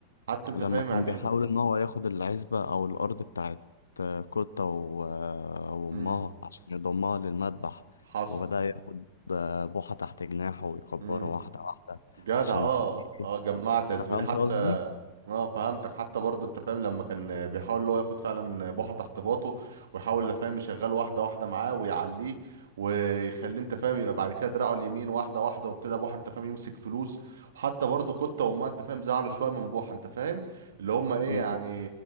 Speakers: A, on the right; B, on the left.
A: حتى انت
B: لما
A: فاهم
B: كان
A: يعني
B: بيحاول ان هو ياخد العزبة او الارض بتاعت آه، كوتا و- آه، وامها
A: امم
B: عشان يضمها للمذبح
A: حصل
B: وبدأ ياخد آه، بوحة تحت جناحه ويكبره
A: مم.
B: واحدة واحدة
A: جدع
B: عشان
A: اه
B: يخليه
A: اه جمعت يا زميلي
B: فهمت
A: حتى
B: قصدي
A: اه فهمتك حتى برضه انت فاهم لما كان بيحاول اللي هو ياخد فعلا بوحه تحت باطه ويحاول انت فاهم يشغله واحده واحده معاه ويعليه ويخليه انت فاهم يبقى بعد كده دراعه اليمين واحده واحده وابتدى بوحه انت فاهم يمسك فلوس وحتى برضه كوتا وما انت فاهم زعلوا شويه من بوحه انت فاهم اللي هم ايه
B: امم
A: يعني